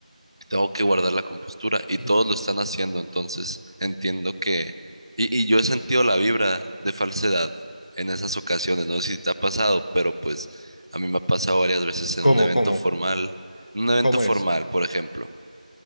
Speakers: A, on the right; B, on the left.
A: tengo que guardar la compostura y
B: <clears throat>
A: todos lo están haciendo, entonces entiendo que... Y, y yo he sentido la vibra de falsedad en esas ocasiones, no sé si te ha pasado, pero pues a mí me ha pasado varias veces en
B: ¿Cómo,
A: un evento
B: cómo?
A: formal, en un evento
B: ¿Cómo
A: formal,
B: es?
A: por ejemplo,